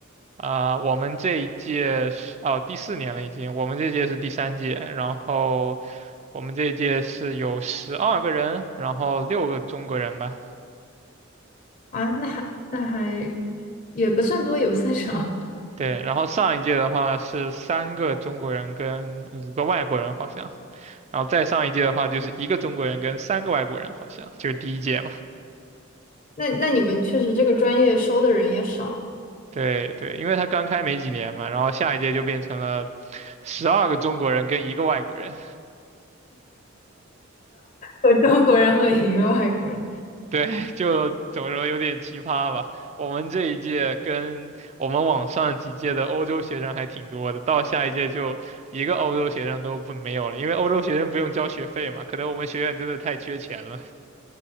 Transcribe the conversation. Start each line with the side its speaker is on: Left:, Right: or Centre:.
Right: 啊、我们这一届是哦第四年了已经，我们这届是第三届，然后我们这一届是有十二个人，然后六个中国人吧，
Left: 啊？那还那还也不算多，也不算少。
Right: 对，然后上一届的话是三个中国人跟五个外国人好像，然后再上一届的话就是一个中国人跟三个外国人好像，就是第一届嘛。
Left: <laughs> 那那你们确实这个专业收的人也少，
Right: 对对，因为他刚开没几年嘛，然后下一届就变成了十二个中国人跟一个外国人。
Left: 有中国人和一个外国人。
Right: 对，<laughs> 就怎么说有点奇葩吧。我们这一届跟我们往上几届的欧洲学生还挺多的，到下一届就一个欧洲学生都不没有了，因为欧洲学生不用交学费嘛。可能我们学院真的太缺钱了。